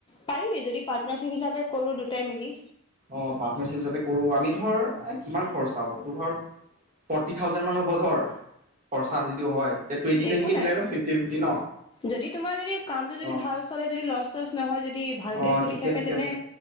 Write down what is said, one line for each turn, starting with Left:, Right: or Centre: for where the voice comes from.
Left: পাৰি যদি হিচাপে কৰো দুটাই মিলি
Right: অঁ পাৰ্টনাৰশ্বিপ হিচাপে কৰোঁ আমি ধৰ কিমান খৰচা হ'ব তোৰ ধৰ ফৰ্টি থাউজেণ্ড মান হ'ব ধৰ খৰচা যিটো হয়। এতিয়া টুৱেণ্টি টুৱেণ্টিকে
Left: একো নাই
Right: মিলাই লম ফিফটি ফিফটি ন
Left: যদি তোমাৰ যদি কামটো যদি
Right: অ
Left: ভাল চলে যদি লচ <inaudible> নহয় যদি ভালকে
Right: অ
Left: চলি
Right: তেতিয়া
Left: থাকে
Right: ঠিকে
Left: তেনে
Right: আছে